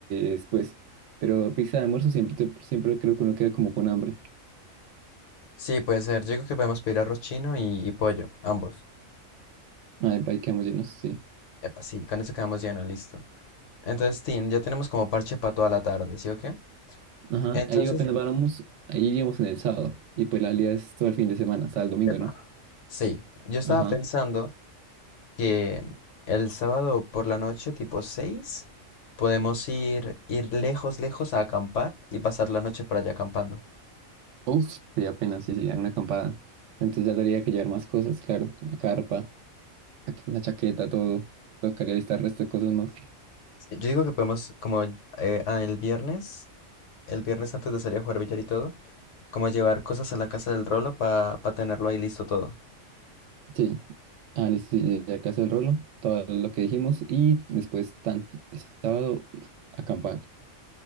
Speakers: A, on the right; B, on the left.
A: después, pero pizza de almuerzo siempre, te- siempre creo que uno queda como con hambre.
B: Sí, puede ser. Yo digo que podemos pedir arroz chino y, y pollo, ambos.
A: Ay, pa, ahí quedamos llenos, sí.
B: Epa, sí, con eso quedamos llenos, listo. Entonces, Tim, ya tenemos como parche para toda la tarde, ¿sí o qué?
A: Ajá,
B: Entonces,
A: ahí apenas vamos, ahí iríamos en el sábado, y pues la salida es todo el fin de semana, hasta el domingo,
B: epa,
A: ¿no?
B: sí, yo estaba
A: Ajá.
B: pensando que el sábado por la noche, tipo 6, podemos ir, ir lejos, lejos a acampar y pasar la noche por allá acampando.
A: Uf, sí, apenas, sí, sí, hay una acampada. Entonces ya tendría que llevar más cosas, claro. La carpa, la chaqueta, todo. Tocaría listar resto de cosas más.
B: Sí, Yo digo que podemos, como eh, ah, el viernes, el viernes antes de salir a jugar billar y todo, como llevar cosas a la casa del Rolo para tenerlo ahí listo todo.
A: Sí, ah, listo, sí, ya que el rolo, todo lo que dijimos. Y después, tan, el sábado, acampar.